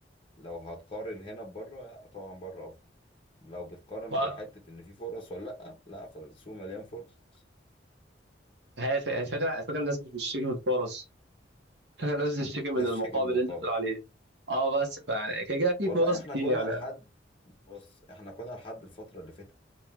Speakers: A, on the left (about 30°); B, on the right (about 65°).
A: لو هتقارن هنا ببره لا، طبعا بره افضل لو بتقارن
B: و-
A: بحته ان في فرص ولا لا لا فالسوق مليان فرص
B: هي ف- هي الفكره الفكره الناس مش بتشتكي من الفرص الفكره الناس بتشتكي
A: <laughs>
B: من
A: بس
B: المقابل
A: شكل بالمقابل
B: اللي انت بتقول عليه اه بس يعني كده كده في
A: والله
B: فرص
A: احنا
B: كتير
A: كنا
B: يعني
A: لحد بص احنا كنا لحد الفترة اللي فاتت